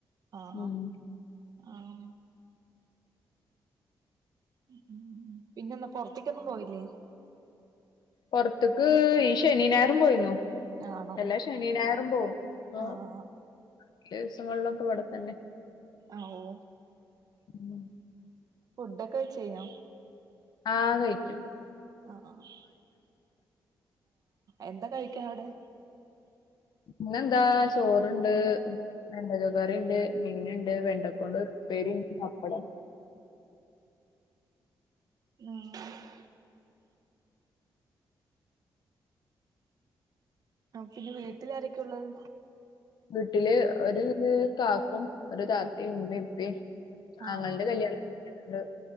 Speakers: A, on the right; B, on the left.
A: ആഹ
B: ഉം
A: ആഹ ആം. ഉ ഉം പിന്നെന്നാ പൊറത്ക്കൊന്നും പോയില്ലേ?
B: പൊറത്ക്ക് ഈ ശെനിം ഞായറും പോയിന്നു.
A: ആണോ
B: എല്ലാ ശനിനായറും പോവും ഇപ്പൊചെലെ
A: ആഹ് ആഹ്
B: ദിവസങ്ങളിലൊക്കെ ഇവിടെത്തന്നെ.
A: ആ ഓ.
B: ഉം.
A: ഫുഡ്ഒക്കെ വെച് കഴിഞ്ഞോ?
B: ആഹ കഴിച്ചു.
A: ആണെ എന്താ കഴികാൻ അവിടെ.
B: ഇന്നെന്താ ചോറ്ണ്ട് വെണ്ടക്ക കറിണ്ട്. മീൻണ്ട് വെണ്ടക്കൊണ്ടൊരു ഉപ്പേരിം പപ്പടം
A: ന്നാം. ആ പിന്നെ വീട്ടിലാരെക്കെ ഉള്ളത്
B: വീട്ടില് ഒരു കാക്കും ഒരു താത്തിം ഉമ്മീം ഉപ്പിം
A: ആഹ്
B: ആങ്ങൾന്റെ കല്യാണം കഴിഞ്ഞിക്ക്ണ്